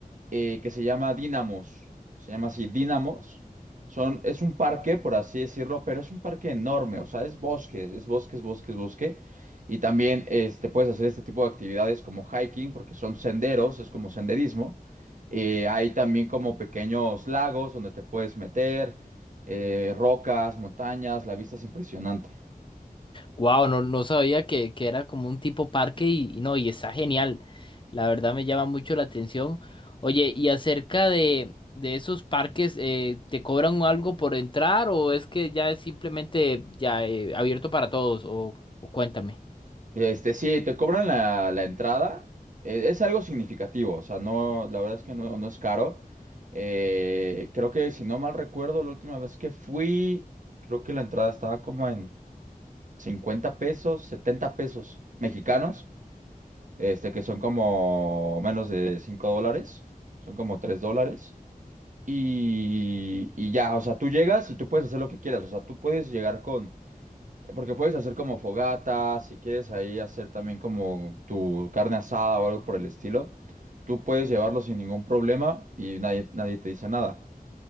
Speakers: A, on the right; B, on the left.
A: eh, que se llama Dinamos, se llama así Dinamos. Son, es un parque, por así decirlo, pero es un parque enorme, o sea, es bosque, es bosque, es bosque, es bosque. Y también este, puedes hacer este tipo de actividades como hiking, porque son senderos, es como senderismo. Eh, hay también como pequeños lagos donde te puedes meter, eh, rocas, montañas, la vista es impresionante.
B: Wow, no, no sabía que, que era como un tipo parque y, y no, y está genial. La verdad me llama mucho la atención. Oye, y acerca de, de esos parques, eh, ¿te cobran algo por entrar o es que ya es simplemente ya eh, abierto para todos? O, o cuéntame.
A: Este, sí, te cobran la, la entrada, eh, es algo significativo, o sea, no, la verdad es que no, no es caro. Eh, creo que si no mal recuerdo, la última vez que fui, creo que la entrada estaba como en 50 pesos, 70 pesos mexicanos. este, que son como menos de 5 dólares, son como 3 dólares. Y, y ya, o sea, tú llegas y tú puedes hacer lo que quieras, o sea, tú puedes llegar con, porque puedes hacer como fogatas, si quieres ahí hacer también como tu carne asada o algo por el estilo, tú puedes llevarlo sin ningún problema y nadie, nadie te dice nada.